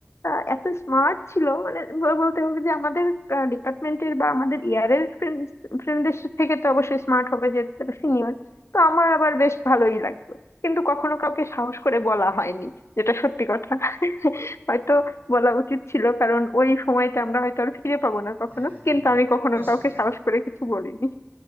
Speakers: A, on the left; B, on the right.
A: আহ, এত স্মার্ট ছিল মানে ব- বলতে হবে যে আমাদের ডিপার্টমেন্টের বা আমাদের ইয়ারের ফ্রেন্ডদের থেকে তো অবশ্যই স্মার্ট হবে যেহেতু তারা সিনিয়র তো আমার আবার বেশ ভালোই লাগতো কিন্তু কখনো কাউকে সাহস করে বলা হয়নি যেটা সত্যি কথা হয়তো বলা উচিত ছিল কারণ ওই সময়টা আমরা হয়তো আর ফিরে পাবো না কখনো
B: হ্যাঁ
A: কিন্তু আমি কখনো
B: অবশ্যই
A: কাউকে
B: অবশ্যই।
A: সাহস করে কিছু বলিনি